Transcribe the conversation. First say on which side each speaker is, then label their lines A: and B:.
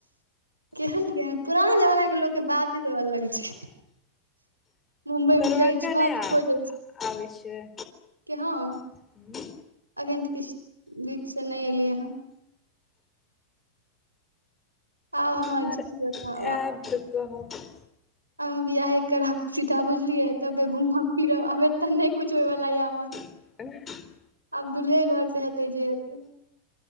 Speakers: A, on the right (about 85°); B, on the left (about 20°).
A: केहन केहन पुराना जमाना के लोक के बात ई सब अलग छै मुम्बइ
B: दरभंगा
A: मे बुझए छत
B: नहि आ
A: खोजै छै
B: आबै छियै
A: के हम
B: हू
A: अखन तऽ किछु बीच से नहि एलियै ह आब
B: उम्हर
A: हमर की बताउ
B: ऐप कह <unintelligible> <unintelligible>
A: अब हम बियाहे करब सीधा बुझलियै तब्बे घुमब हीर तऽ नहि कुछ होयवला य हमर
B: उ <inaudible> <unintelligible>
A: आब दुल्हे घर से हेतै जे हेतै